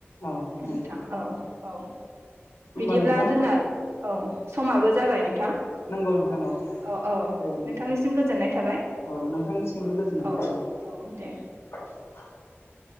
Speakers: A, on the left; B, on the right.
A: औ नंगौ
B: नोंथां औ औ
A: होमबा
B: बिदिब्ला
A: नोंथां
B: जोंना औ समाबो जाबाय नोंथां
A: नंगौ नोंथां
B: औ औ औ
A: दे होमबा
B: नोंथांनिसिम गोजोननाय थाबाय
A: औ नोंथांनिसिमबो गोजोननाय थाबाय
B: औ औ दे
A: <inaudible>
B: <inaudible>